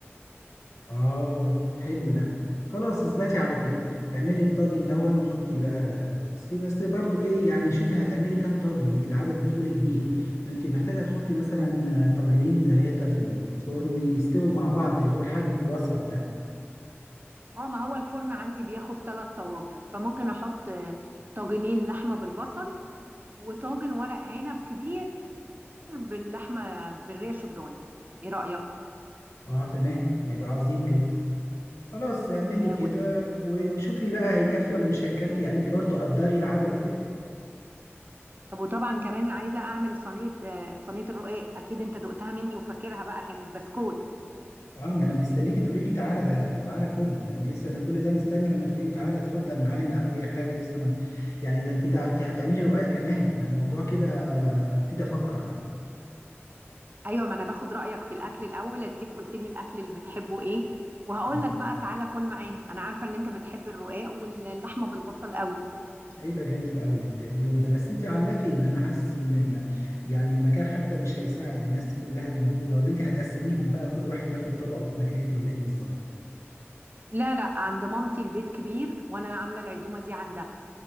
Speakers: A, on the left (about 85°); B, on the right (about 40°).
A: اه حلو ده خلاص اثبتي على كده اعملي الطاجن دون وحطي بقى بس بس برضو ايه يعني شوفي هتعملي كام طاجن انت العدد بتقولي كبير فانت محتاجة تحطي مثلا طاجنين ثلاثة في الفرن يستووا مع بعض اللي هو الحجم الوسط ده
B: اه ما هو الفرن عندي بياخد ثلاث طواجن فممكن احط آه، طاجنين لحمه بالبصل وطاجن ورق عنب كبير باللحمه بالريش الضاني ايه رايك
A: اه تمام هيبقى عظيم جدا خلاص اعملي
B: آه
A: كده
B: وت-
A: و- وشوفي بقى هيكفي ولا مش هيكفي يعني انت برضو قدري العدد كده
B: طب وطبعا كمان عايزه اعمل صينيه آه صينيه الرقاق اكيد انت دقتها مني وفاكرها بقى كانت بسكوت
A: اه ما انا مستنيك تقولي لي تعالى ده تعالى كل يعني لسه انا كل ده مستني لما تقولي لي تعالى اتفضل معانا او اي حاجه لسه ما يعني ده انت ده انت هتعملي رقاق كمان يعني الموضوع كده هبتدي افكر بقى
B: ايوه ما انا باخد رايك في الاكل الاول اديك قلت لي الاكل اللي بتحبه ايه وهقول
A: مم.
B: لك بقى تعالى كل معانا انا عارفه ان انت بتحب الرقاق واللحمه بالبصل قوي
A: هيبقى جميل قوي ال- اليوم ده بس انت عامله فين انا حاسس ان ال... يعني المكان حتى مش هيساعد الناس كلها اللي موجوده ولا انت هتقسميهم بقى كل واحد ياخد طبقه في مكان ولا ايه بالظبط
B: لا لا عند مامتي البيت كبير وانا عامله العزومه دي عندها